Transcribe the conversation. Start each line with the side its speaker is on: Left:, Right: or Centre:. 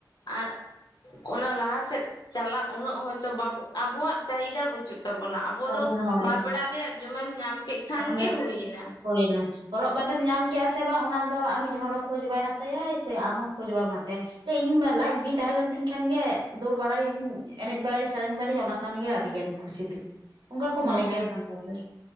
Left: ᱟᱨ ᱚᱱᱟ ᱞᱟᱦᱟ ᱥᱮᱫ ᱪᱟᱞᱟᱜ ᱩᱱᱟᱹᱜ ᱦᱚᱭᱛᱚ ᱵᱟᱵᱜ ᱟᱵᱚᱣᱟᱜ ᱪᱟᱦᱤᱫᱟ ᱵᱟᱹᱪᱩᱜᱱᱟ ᱛᱟᱵᱚᱱᱟ ᱟᱵᱚ
Right: ᱛᱟᱵᱚᱱᱟ
Left: ᱫᱚ
Right: ᱦᱳᱭ
Left: ᱵᱟᱨ ᱵᱮᱲᱟ ᱨᱮᱭᱟᱜ ᱡᱚᱢᱮᱢ ᱧᱟᱢ ᱠᱮᱜ ᱠᱷᱟᱱ
Right: ᱧᱟᱢ
Left: ᱜᱮ
Right: ᱞᱮ
Left: ᱦᱩᱭ ᱮᱱᱟ᱾
Right: ᱦᱳᱭᱱᱟ ᱦᱚᱨᱚᱜ ᱵᱟᱸᱫᱮᱢ ᱧᱟᱢ ᱠᱮᱜᱼᱟ ᱥᱮ ᱵᱟᱝ ᱚᱱᱟ ᱫᱚ ᱟᱢᱤᱡ ᱦᱚᱲ ᱦᱚᱸ ᱠᱷᱳᱡᱽ ᱵᱟᱭ ᱦᱟᱛᱟᱭᱟᱭ ᱥᱮ ᱟᱢ ᱦᱚᱸ ᱠᱷᱳᱡᱽ ᱵᱟᱢ ᱦᱟᱛᱟᱭᱟ ᱤᱧ ᱤᱧ ᱢᱟ ᱞᱟᱡ ᱵᱤ ᱛᱟᱦᱮᱸ ᱞᱮᱱ ᱛᱤᱧ ᱠᱷᱟᱱ ᱜᱮ ᱫᱳᱹᱲ ᱵᱟᱲᱟᱭᱟᱹᱧ ᱮᱱᱮᱡ ᱵᱟᱲᱟᱭᱟᱹᱧ ᱥᱮᱨᱮᱧ ᱵᱟᱲᱟᱭᱟᱹᱧ ᱚᱱᱟ ᱠᱷᱟᱱ ᱜᱮ ᱟᱹᱰᱤ ᱜᱟᱱ ᱠᱷᱩᱥᱤ ᱛᱤᱧ ᱚᱝᱠᱟ ᱠᱚ
Left: ᱦᱮᱸ
Right: ᱢᱚᱱᱮ ᱜᱮᱭᱟ ᱥᱟᱱᱛᱟᱲ ᱫᱚ